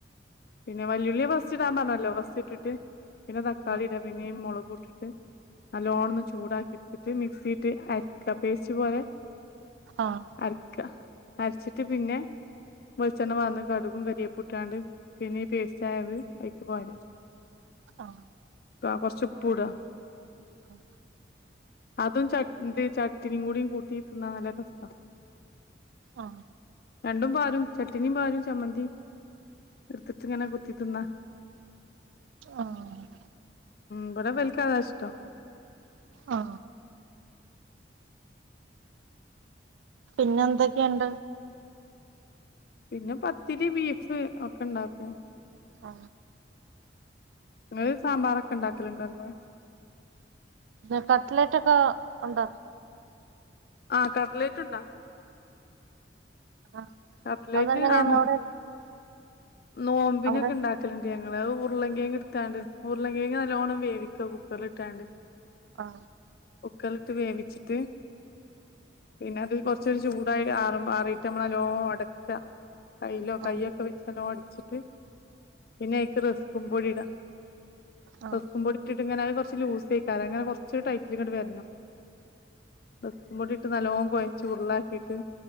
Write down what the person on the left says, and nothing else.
പിന്നെ വല്യ ഉളളി ഫസ് റ്റ് ഇടാൻ പറഞ്ഞല്ലോ ഫസ്റ്റ് ഇട്ടിട്ട് പിന്നെ തക്കാളി
ഇടാ. പിന്നെ ഈ മുളക് ഇട്ടിട്ട് നല്ലോണം ഒന്ന് ചൂടാക്കി എടുത്തിട്ട് മിക്സി ഇട്ട് അരയ്ക്കാ. പേസ്റ്റ് പോലെ
അരക്ക അരച്ചിട്ട് പിന്നെ വെളിച്ചെണ്ണ വാർന്ന് കടുകും കരിവേപ്പും ഇട്ടാണ്ട് പിന്നെ ഈ പേസ്റ്റ് ആയത് അയിക്ക് കോരാ.
താ കുറച്ചു പ്പുടാ.
അതും ചട് ചട്ട്നീം കൂട്ടിത്തിന്നാ നല്ല ടെസ്റ്റാ.
രണ്ടും പാലും ചട്ടിനിയും പാലും ചമ്മന്തിയും എടുത്തിട്ട ഇങ്ങന കു ത്തി തിന്ന
ഇവിടെ വൽക്ക അതാ ഇഷ് ത്ത
പിന്നെ പത്തിരി ബീഫ് ഒക്കെ ഇണ്ടാക്കും
ങ്ങള് സാമ്പാറൊക്കെ ഇണ്ടാക്കല് ണ്ടോ എന്നും
ആ കടലേറ്റ് ഉണ്ടാക്കും
കട്ടലറ്റ്
ആണോ
നോമ്പിനൊക്കെ
ഉണ്ടാക്കല്ണ്ട് ഞ- ങ്ങത് ഉർളങ്കിയങ് എട്ത്താണ്ട് ഉർളങ്കിയങ് നല്ലോണം വേവിക്ക കുക്കറില ഇട്ടാണ്ട്
കുക്കർൽട്ട് വേവിച്ചിട്ട് പിന്നെ അത് കൊറച്ചൊരു ചൂടായി ആറ ആറിട്ട് നമ്മളല്ലോ ഒടക്ക കൈലോ കയ്യോ
ഒക്കെ വെ ഒട്‌ച്ചിട്ട് പിന്നെ ഐക്ക് റസ്ക്കും പൊടിടാ
റസ്കുമ്പൊടി ഇട്ട് ഇങ്ങന കുറച്ച് ലൂസെയ്‌ക്കാരം ങ്ങന കുറച്ചൊ ടൈറ്റില ഇങ്ങട്ട് വരണം റസ്ക്കും പൊടിട്ട് നല്ലോ കുഴച്ച് ഉർള്ളാക്കിട്ട്